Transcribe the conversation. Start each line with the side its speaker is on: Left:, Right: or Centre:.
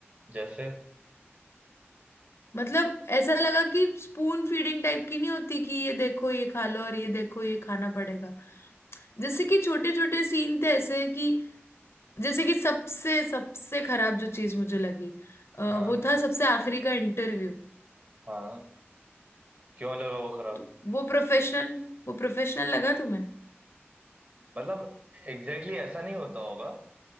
Right: जैसे
Left: मतलब ऐसा लगा कि स्पून फीडिंग टाइप की नहीं होती कि ये देखो ये खा लो और ये देखो ये खाना पड़ेगा जैसे कि छोटे छोटे सीन थे ऐसे कि जैसे कि सबसे सबसे खराब जो चीज मुझे लगी अ,
Right: हाँ
Left: वो था सबसे आखिरी का इंटरव्यू
Right: हाँ क्यों लगा वो खराब
Left: तो वो प्रोफेशनल वो प्रोफेशनल लगा तुम्हें
Right: मतलब एग्जैक्टली exactly ऐसा नहीं होता होगा अ,